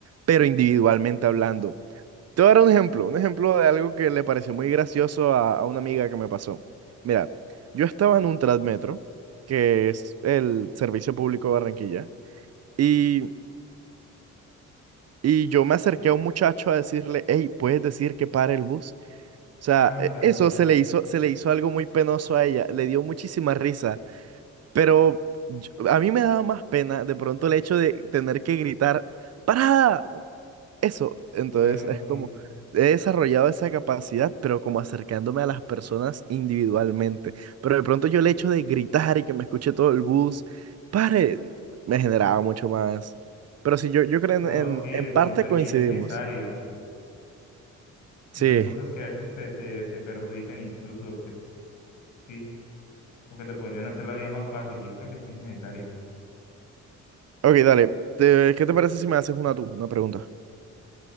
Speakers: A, on the right; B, on the left.
A: pero individualmente hablando. Te voy a dar un ejemplo, un ejemplo de algo que le pareció muy gracioso a, a una amiga que me pasó. Mira, yo estaba en un Transmetro, que es el servicio público de Barranquilla, y, y yo me acerqué a un muchacho a decirle, hey, ¿puedes decir que pare el bus? O sea,
B: Anda,
A: e- eso se le hizo, se le hizo algo muy penoso a ella, le dio muchísima risa, pero yo- a mí me daba más pena de pronto el hecho de tener que gritar, ¡Parada! Eso, entonces
B: bueno,
A: es
B: sí,
A: como, he desarrollado esa capacidad, pero como acercándome a las personas individualmente. Pero de pronto yo el hecho de gritar y que me escuche todo el bus, pare, me generaba mucho más. Pero sí, yo, yo creo
B: no,
A: en, en,
B: sí, de
A: en parte
B: pronto,
A: coincidimos.
B: y es necesario, y
A: Sí.
B: son cosas que a veces te, te, te perjudican incluso, que sí. o que te podrían hacer la vida más fácil. Yo creo que sí es necesario.
A: Ok, dale. Te- ¿qué te parece si me haces una tú, una pregunta?